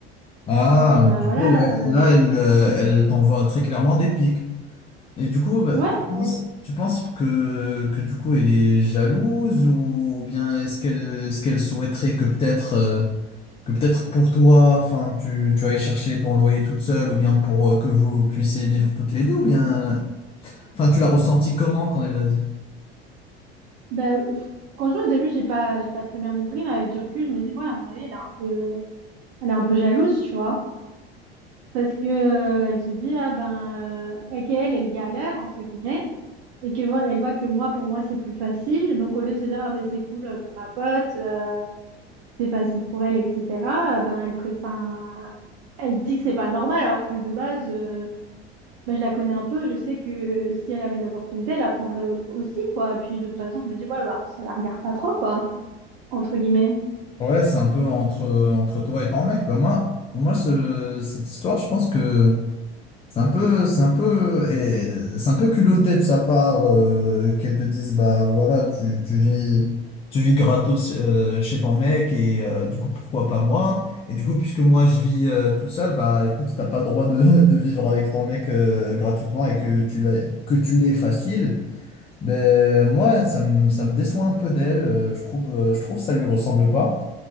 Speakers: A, on the left; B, on the right.
A: Ah,
B: Je dis ben
A: mais du
B: voilà,
A: coup, là,
B: euh,
A: là, elle, euh, elle t'envoie très clairement des pics. Et du coup, bah,
B: ouais,
A: tu penses,
B: euh,
A: tu penses que, que du coup elle est jalouse ou, ou bien est-ce qu'elle ce qu'elle souhaiterait que peut-être euh, que peut-être pour toi, enfin tu, tu ailles chercher ton loyer toute seule ou bien pour euh, que vous puissiez vivre toutes les deux ou bien enfin tu l'as ressenti comment quand elle l'a dit?
B: bah, pff, franchement au début j'ai pas j'ai pas très bien compris, mais avec du recul, je me dis ouais, à mon avis elle est un peu elle est un peu jalouse, tu vois. Parce que, euh, elle se dit, ah ben, euh, et qu'elle, elle galère, entre guillemets, et que, vo- elle voit que moi, pour moi, c'est plus facile. Donc, au lieu de se dire, ah ben, c'est cool euh, pour ma pote, euh, c'est facile pour elle, etc., euh, ben, elle préfère, elle dit que c'est pas normal, alors que de base, euh, ben, je la connais un peu, je sais que euh, si elle avait une opportunité, elle la prendrait au- aussi, quoi. Et puis, de toute façon, je me dis, ouais, bah, ça la regarde pas trop, quoi, entre guillemets.
A: Ouais, c'est un peu entre entre toi et ton mec. Bah moi moi ce- cette histoire, je pense que C'est un peu, c'est un peu, eh, c'est un peu culotté de sa part euh, qu'elle te dise bah voilà tu, tu vis tu vis gratos euh, chez ton mec et euh, du coup pourquoi pas moi et du coup puisque moi je vis euh, toute seule bah écoute t'as pas le droit de, <laughs> de vivre avec ton mec euh, gratuitement et que tu l'aies que tu l'aies facile ben moi ça me ça me déçoit un peu d'elle euh, je trouve euh, je trouve ça lui ressemble pas